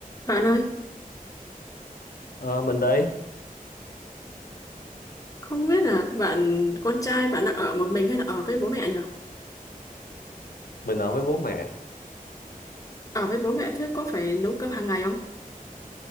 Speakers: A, on the left (about 20°); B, on the left (about 80°).
A: Bạn ơi,
B: Ờ, mình đây,
A: không biết là bạn con trai bạn đang ở một mình hay là ở với bố mẹ nhỉ?
B: mình ở với bố mẹ,
A: Ở với bố mẹ thế có phải nấu cơm hàng ngày không?